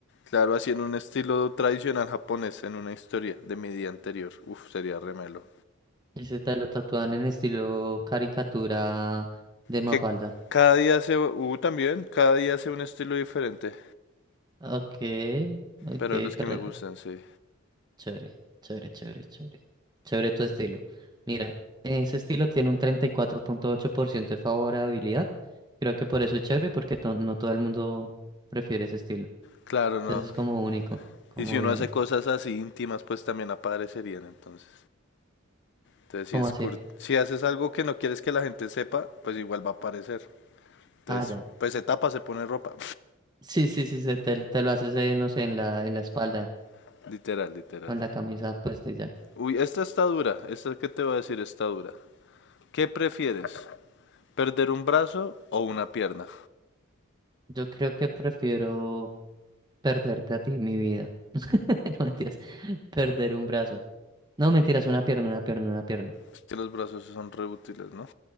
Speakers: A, on the left; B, on the right.
A: Claro, así en un estilo tradicional japonés, en una historia de mi día anterior. Uf, sería remelo.
B: Ese tal lo tatúan en estilo caricatura de Mafalda.
A: Que cada día se, uh, también, cada día hace un estilo diferente.
B: Ok, ok,
A: Pero los
B: te
A: que
B: rete.
A: me gustan, sí.
B: Chévere, chévere, chévere, chévere. Chévere tu estilo. Mira, ese estilo tiene un treinta y cuatro punto ocho por ciento de favorabilidad. Creo que por eso es chévere, porque to- no todo el mundo prefiere ese estilo.
A: Claro, no.
B: Entonces es como único, como
A: Y si uno
B: bien.
A: hace cosas así íntimas, pues también aparecerían entonces. Entonces, si,
B: ¿Cómo
A: es
B: así?
A: cur- si haces algo que no quieres que la gente sepa, pues igual va a aparecer. Entonces,
B: Ah, ya.
A: pues se tapa, se pone ropa.
B: Sí, sí, sí, se te, te lo haces, eh, no sé, en la, en la espalda,
A: <laughs> literal, literal.
B: con la camisa puesta y ya.
A: Uy, esta está dura. Esta que te voy a decir está dura. ¿Qué prefieres? ¿Perder un brazo o una pierna?
B: Yo creo que prefiero. Perderte a ti, mi vida. <laughs> No mentiras. Perder un brazo. No mentiras, una pierna, una pierna, una pierna.
A: Es que los brazos sí son reútiles, ¿no?